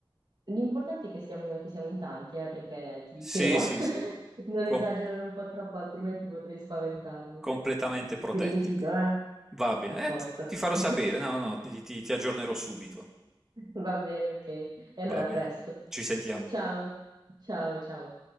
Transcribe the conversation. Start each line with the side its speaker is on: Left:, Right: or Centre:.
Right: L'importante è che stiamo, che siamo in tanti, eh, perché ti dicevo,
Centre: Sì,
Right: <laughs>
Centre: sì, sì,
Right: non
Centre: Com-
Right: esagerare un po' troppo, altrimenti potrei spaventarmi.
Centre: completamente protetti.
Right: Quindi mi fido, eh?
Centre: Va bene,
Right: A posto.
Centre: Eh, ti, ti farò
Right: <laughs>
Centre: sapere, no, no, ti ti- ti aggiornerò subito.
Right: Va bene, ok. E allora
Centre: Va
Right: a
Centre: bene,
Right: presto.
Centre: ci sentiamo.
Right: Ciao, ciao, ciao.